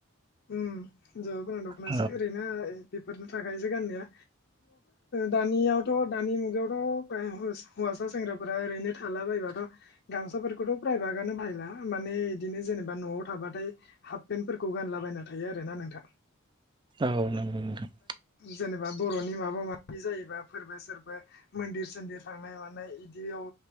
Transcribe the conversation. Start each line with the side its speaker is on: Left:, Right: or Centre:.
Left: उ हिनजावा गोनां दख'नासो
Right: औ
Left: ओरैनो बेफोरनो थाखायसो गाननाया दानियावथ' दानि मुगायावथ' हौवासा सेंग्राफोरा ओरैनो थाला बायोबाथ' गामसाफोरखौथ' प्रायभागनो बाहला माने बिदिनो जेनेबा न'आव थाबाथाय हाफ पेन्टफोरखौ गानला बायना थायो आरोना नोंथा।
Right: औ नंगौ नोंथां।
Left: जेनेबा बर'नि माबा माबि जायोबा फोरबो सोरबो मन्दिर सोन्दिर थांनाय मानाय इदियाव